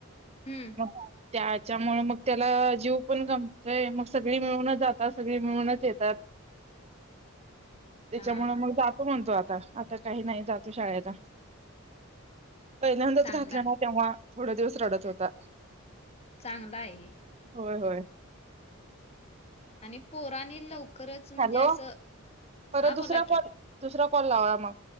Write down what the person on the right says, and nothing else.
मग त्याच्यामुळे मग त्याला जीव पण गमतय मग सगळी मिळूनच जातात त्या सगळे मिळूनच येतात त्याच्यामुळे
मग आप त म्हणतो आता आता काही नाही जातो शाळेचा पहिल्यांदाच
घातलं
ना तेव्हा थोड दिवस रडत होता
होय होय.
हॅलो
परत
दुसरा
कॉल दुसरा कॉल लावा मग